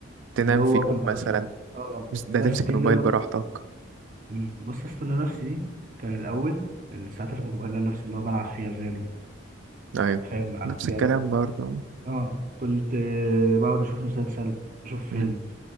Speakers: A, on the right; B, on the right.
A: تنام
B: اللي هو
A: فيهم
B: كنا
A: مثلا
B: مثلا اه
A: بس ده
B: نفس
A: تمسك
B: دي
A: الموبايل
B: اللي هو
A: براحتك
B: مم، بص استنى نفسي دي كان الاول الساعات اللي كنت بخليها لنفسي اللي هو بلعب فيها فالو
A: ايوه
B: فاهم مع
A: نفس
B: الرجالة
A: الكلام برضه
B: اه كنت آه بقعد اشوف مسلسل اشوف فيلم
A: امم